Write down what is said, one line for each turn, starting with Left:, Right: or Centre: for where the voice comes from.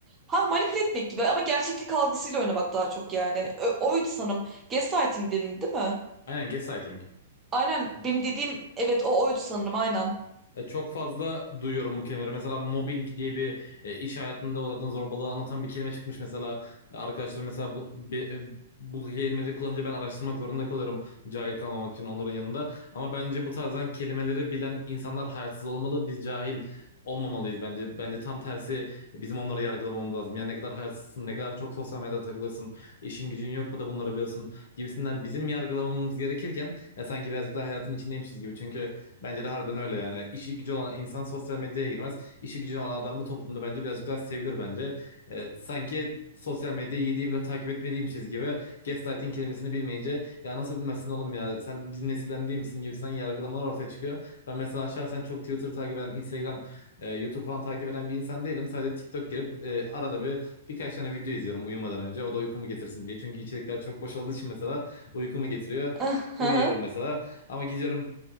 Right: Ha manipüle etmek gibi ama gerçeklik algısıyla oynamak daha çok yani. Ö- oydu sanırım. Gaslighting denildi değil mi?
Left: Aynen gaslighting.
Right: Aynen benim dediğim evet o oydu sanırım aynen.
Left: E, Çok fazla duyuyorum bu kelimeleri. Mesela mobbing diye bir e, iş hayatında uğradığın zorbalığı anlatan bir kelime çıkmış mesela. E, Arkadaşlar mesela bu be- e, bu kelimeleri kullanınca ben araştırmak zorunda kalıyorum cahil kalmamak için onların yanında. Ama bence bu tarzdan kelimeleri bilen insanlar hayatsız olmalı. Biz cahil olmamalıyız bence. Bence tam tersi e, bizim onları yargılamamız lazım. Yani ne kadar hayatsızsın, ne kadar çok sosyal medyada takılıyorsun, işin gücün yok mu da bunları biliyorsun gibisinden bizim yargılamamız gerekirken ya sanki birazcık daha hayatın içindeymişiz gibi. Çünkü Bence de harbiden öyle yani. İşi gücü olan insan sosyal medyaya girmez. İşi gücü olan adam da toplumda bence birazcık daha sevilir bence. Ee, sanki sosyal medyayı 7/24 takip etmeliymişiz gibi gaslighting kelimesini bilmeyince ya nasıl bilmezsin oğlum ya sen bizim nesilden değil misin gibi sen yargılamalar ortaya çıkıyor. Ben mesela şahsen çok Twitter takip eden, Instagram, e, YouTube falan takip eden bir insan değilim. Sadece TikTok girip e, arada bir birkaç tane video izliyorum uyumadan önce. O da uykumu getirsin diye. Çünkü içerikler çok boş olduğu için mesela uykumu getiriyor.
Right: Aha,
Left: Uyuyorum mesela ama gidiyorum